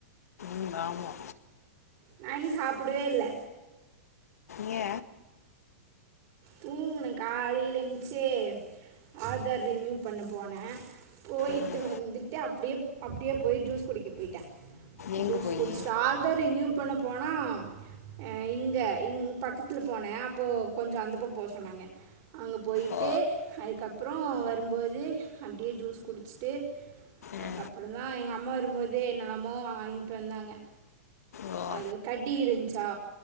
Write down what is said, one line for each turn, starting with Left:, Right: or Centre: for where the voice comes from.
Left: ம் ஆமா
Right: நா இன்னு சாப்டவே இல்ல
Left: ஏ
Right: தூங்குன காலையில எந்ச்சு ஆதார் ரினியூ பண்ண போன போயிட்டு
Left: ம்
Right: வந்துட்டு அப்டியே அப்டியே போயி ஜூஸ் குடிக்க போயிட்ட
Left: எங்க
Right: ஜூஸ்
Left: போயி
Right: குடிச்சுட்டு ஆதார் ரினியூ பண்ண போனா அ இங்க இங் பக்கத்துல போன அப்போ கொஞ்சம் அந்த அப்ப போ சொன்னாங்க அங்க போயிட்டு
Left: ஓ
Right: அதுக்கப்பறோ வரும்போது அப்டியே ஜூஸ் குடிச்சுட்டு அதுக்கப்பறோந்தா
Left: ஆ
Right: எங்க அம்மா வரும்போது என்னல்லமோ வாங்கிட்டு வந்தாங்க
Left: ஓ ஆ
Right: அது கடி இருந்துச்சா